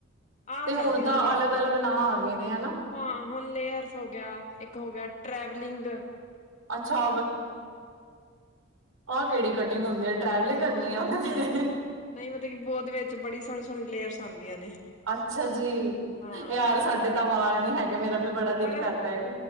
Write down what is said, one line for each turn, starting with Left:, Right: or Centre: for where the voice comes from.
Left: ਆਹ
Right: ਤੇ ਹੁਣ
Left: ਚੱਲਦੀਆਂ
Right: ਤਾਂ
Left: ਹਨ ਪੈਲਾਂ।
Right: ਅਲੱਗ ਅਲੱਗ ਨਾਂ ਆ ਗਏ ਨੇ ਹਨਾ
Left: ਹਾਂ ਹੁਣ ਲੇਅਰਸ ਹੋ ਗਿਆ, ਇੱਕ ਹੋ ਗਿਆ ਟ੍ਰੈਵਲਿੰਗ।
Right: ਅੱਛਾ, ਆ ਕੇੜੀ ਕਟਿੰਗ ਹੁੰਦੀ ਅ ਟ੍ਰਵਲਿੰਗ ਕ। <unintelligible>
Left: ਨਈ ਮਤਲਬ ਕਿ ਬੋਤ ਵਿੱਚ ਬੜੀ ਸੋਣੀ-ਸੋਣੀ ਲੇਅਰਸ ਆਉਂਦੀਆਂ ਨੇ।
Right: ਅੱਛਾ ਜੀ,
Left: ਹਾਂ
Right: ਯਾਰ ਸਾਡੇ ਤਾਂ ਵਾਲ ਨੀ ਹੈਗੇ ਮੇਰਾ ਵੀ ਬੜਾ ਦਿਲ
Left: ਪਰ
Right: ਕਰਦਾ ਏ